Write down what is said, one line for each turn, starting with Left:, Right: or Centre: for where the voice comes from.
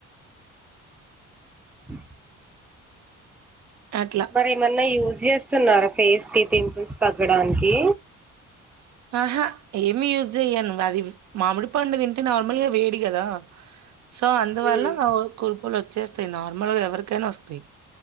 Centre: <inaudible>
Right: అట్లా.
Centre: మరి ఏమన్నా యూజ్ చేస్తున్నారా ఫేస్ కి పింపుల్స్ తగ్గడానికి
Right: ఆహా ఏమి యూజ్ జేయను అది మామిడి పండు తింటే నార్ మళ్ళ వేడి కదా సో అందు వల్ల
Centre: ఉమ్.
Right: కురుపులు వచ్చేస్తాయి నార్మల్ గా ఎవరి కేనో వస్తాయి